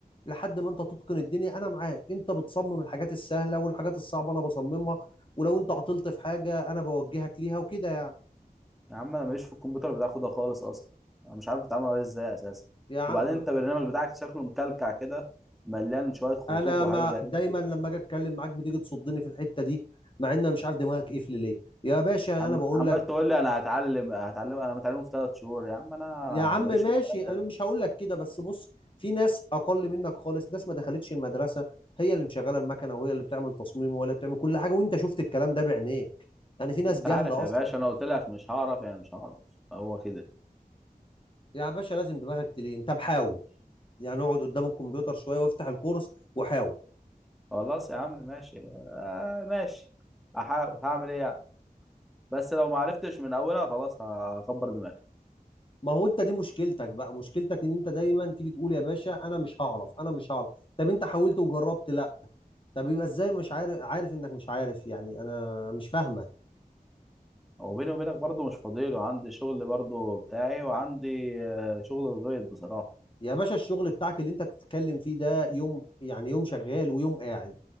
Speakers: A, on the left; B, in the centre.
A: لحد ما انت تتقن الدنيا انا معاك انت بتصمم الحاجات السهله والحاجات الصعبه انا بصممها ولو انت عطلت في حاجه انا بوجهك ليها وكده يعني
B: يا عم انا ماليش في الكمبيوتر بتاعك ده خالص اصلا انا مش عارف اتعامل عليه ازاي اساسا
A: يا عم
B: وبعدين انت البرنامج بتاعك شكله مكلكع كده مليان شويه خطوط
A: انا
B: وحاجات
A: ما
B: غريبه
A: دايما
B: كده
A: لما اجي اتكلم معاك بتيجي تصدني في الحته دي مع ان انا مش عارف دماغك قفل ليه يا باشا
B: عم
A: انا بقول
B: عمال
A: لك
B: تقول لي انا هتعلم هتعلم انا متعلمه في ثلاث شهور يا عم انا
A: يا عم
B: ماليش
A: ماشي
B: في الكلام ده
A: انا مش هقول لك كده بس بص في ناس اقل منك خالص ناس ما دخلتش المدرسه هي اللي مشغله المكنه وهي اللي بتعمل تصميم وهي اللي بتعمل كل حاجه وانت شفت الكلام ده بعينيك يعني في ناس
B: انت
A: جهله
B: عارف يا
A: اصلا
B: باشا انا قلت لك مش هعرف يعني مش هعرف هو كده
A: يا باشا لازم دماغك تلين طب حاول يعني اقعد قدام الكمبيوتر شويه وافتح الكورس وحاول
B: خلاص يا عم ماشي آه ماشي هحاول هعمل ايه يعني بس لو ما عرفتش من اولها خلاص هكبر دماغي
A: ما هو انت دي مشكلتك بقى مشكلتك ان انت دايما تيجي تقول يا باشا انا مش هعرف انا مش هعرف طب انت حاولت وجربت لا طب يبقى ازاي مش عارف عارف انك مش عارف يعني انا مش فاهمه
B: هو بيني وبينك برضه مش فاضي له عندي شغل برضه بتاعي وعندي آه، شغل الغيط بصراحة
A: يا باشا الشغل بتاعك اللي انت بتتكلم فيه ده يوم يعني يوم شغال ويوم قاعد